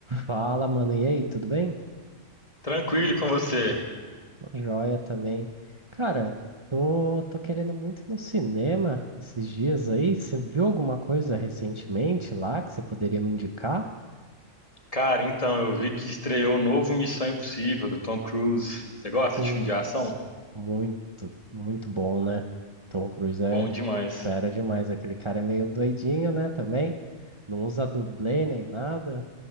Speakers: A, on the right; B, on the left.
A: Fala, mano. E aí, tudo bem?
B: Tranquilo com você.
A: Tô joia também. Cara, tô, tô querendo muito ir no cinema esses dias aí. Você viu alguma coisa recentemente lá que você poderia me indicar?
B: Cara, então, eu vi que estreou o novo Missão Impossível do Tom Cruise. Você gosta
A: Putz,
B: de filme de ação?
A: muito, muito bom, né? Tom Cruise é
B: Bom demais.
A: fera demais. Aquele cara é meio doidinho, né? Também não usa dublê nem nada.